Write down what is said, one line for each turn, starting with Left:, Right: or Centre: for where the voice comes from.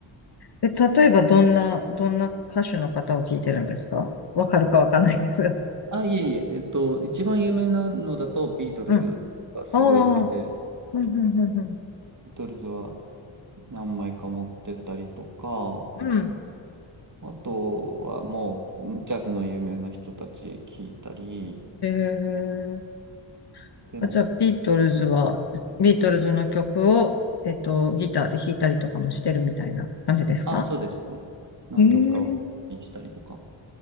Left: ええ、例えばどんな、どんな歌手の方を聞いてるんですかわかるかわかんないんですが。
Right: あ、いえいえ、えっと、一番有名なのだとビートルズがすごい好きで、
Left: うん。ああ、うん、うん、うん、うん。
Right: ビートルズは何枚か持ってたりとか、
Left: うん。
Right: あとはもうジャズの有名な人たち聞いたり、
Left: え
Right: でも、
Left: あ、じゃあ、ビートルズは、ビートルズの曲を、えっと、ギターで弾いたりとかもしてるみたいな感じですか
Right: あ、そうですね。何曲かをしたりとか。
Left: へえ